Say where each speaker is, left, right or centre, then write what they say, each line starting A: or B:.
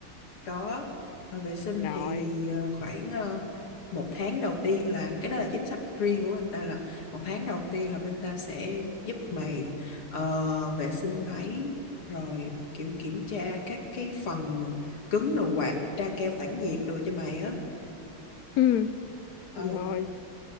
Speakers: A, on the left; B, on the left.
A: Có ờ, vệ sinh
B: Rồi,
A: thì ờ, khoảng ờ, một tháng đầu tiên là cái đó là chính sách riêng của bên ta là một tháng đầu tiên là bên ta sẽ giúp mày ờ, vệ sinh máy rồi kiểu kiểm tra các cái phần cứng đồ quạt tra keo tản nhiệt đồ cho mày á
B: Ừ,
A: ờ
B: rồi,